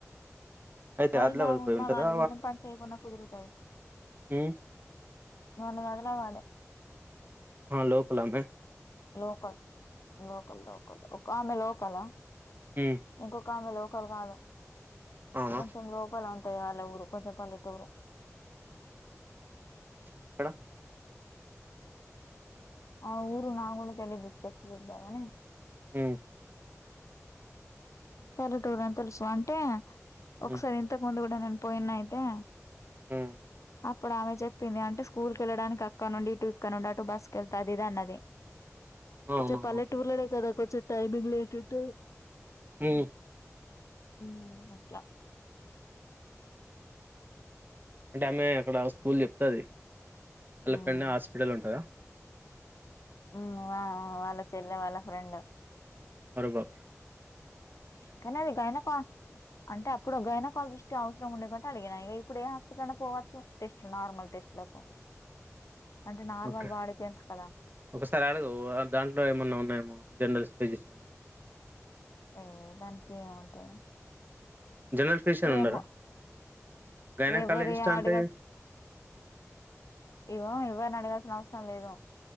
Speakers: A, on the right (about 40°); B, on the left (about 70°).
A: అయితే
B: వాళ్ళు
A: ఆదిలాబాద్
B: బాగున్న
A: పోయి ఉంటదా
B: వాళ్ళు పని చేయకున్నా కుదురుతది
A: మ్మ్
B: వాళ్ళది ఆదిలాబాధే
A: హ లోకల్ అమ్మే
B: <unintelligible> లోకల్ లోకల్ ఒకామె లో హలో
A: ఉమ్
B: ఇంకొక ఆమె లోకల్ కాదు
A: అవునా
B: కొంచెం లోపల ఉంటుంది వాళ్ళ ఊరు కొంచెం పల్లెటూరు
A: ఎక్కడ
B: ఆ ఊరు నా కూడా తెలియదు <unintelligible> లే బాగాని
A: ఉమ్
B: పలెటూర్ అని తెలుసు అంటే ఒకసారి
A: ఉమ్
B: ఇంతకు ముందు నేన్ పోయిన అయితే
A: ఉమ్
B: అప్పుడు ఆమె చెప్పింది అంటే స్కూల్ కే ళ్ళడానికి అక్కనుండి ఇటు ఇక్కనుండి అటు బస్ క వెళ్తు అంది ఇది అన్నది
A: అవును
B: కొంచం పల్లెటూర్ లనే కదా కొచం టైమింగ్ లేటెట్
A: హ
B: ఉ అట్లా
A: అంటే ఆమె అక్కడ స్కూల్ చెప్తది అళ్ళ
B: ఉమ్
A: ఫన్న హాస్పిటల్ ఉంటందా
B: ఉ వా వాళ్ళ చెల్లె వాళ్ళ అ రె
A: బరోబా
B: కానీ అదిగాన అంటే ఇప్పుడు గైనోకాలజిస్ట్ అవసరం ఉండేకుంటే అడిగిన ఇక ఇప్పుడు ఏ హాస్పిటల్ లో పోవచ్చు టెస్ట్లు నార్మల్ టెస్ట్లకు అంటే నార్మల్
A: ఓకే
B: బాడీ పెయిన్స్ కదా
A: ఒకసారి అడగు దాంట్లో ఏమన్నా ఉన్నాయేమో జర్నల్స్ పజిషన్
B: ఏ దానికి ఏముంటాది
A: జనరల్ ఫిజిషియన్ ఉండరా
B: ఏమో
A: గైనకాలజిస్ట్
B: ఎవ్వరు ఇగ
A: అంటే
B: అడగాల్సిన్ ఇగో ఎవ్వరనీ అడగల్ గాల్సిన అవసరం లేదు